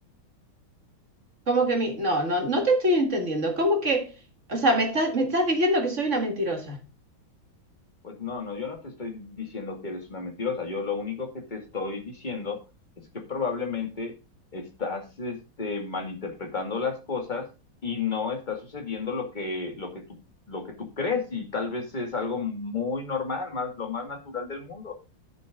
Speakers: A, on the right (about 35°); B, on the left (about 20°).
A: ¿Cómo que mi... No, no, no te estoy entendiendo. ¿Cómo que... O sea, me estás, me estás diciendo que soy una mentirosa.
B: Pues no, no, yo no te estoy diciendo que eres una mentirosa. Yo lo único que te estoy diciendo es que probablemente estás, este, malinterpretando las cosas y no está sucediendo lo que, lo que tú, lo que tú crees y tal vez es algo muy normal, más, lo más natural del mundo.